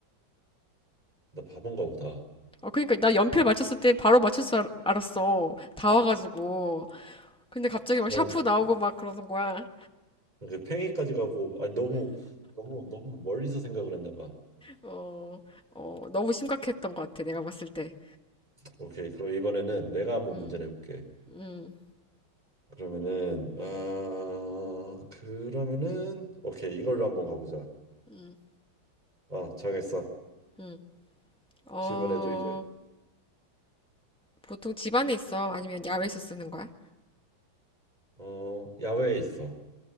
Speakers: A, on the right (about 20°); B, in the centre.
A: 나 바본가 보다.
B: 어, 그러니까 나 연필 맞췄을 때 바로 맞출 줄 알- 알았어. 다 와가지고. 근데 갑자기 막
A: 나
B: 샤프 나오고 막 그러는 거야.
A: 그 팽이까지 가고, 아니, 너무, 너무, 너무 멀리서 생각을 했나 봐.
B: 어, 어, 너무 심각했던 것 같아. 내가 봤을 때.
A: 오케이. 그럼 이번에는 내가 한번
B: 음,
A: 문제 내볼게.
B: 음,
A: 그러면은, 아, 그러면은, 오케이. 이걸로 한번 가보자.
B: 음,
A: 아, 정했어.
B: 음. 어,
A: 질문해줘, 이제.
B: 보통 집 안에 있어? 아니면 야외에서 쓰는 거야?
A: 어, 야외에 있어.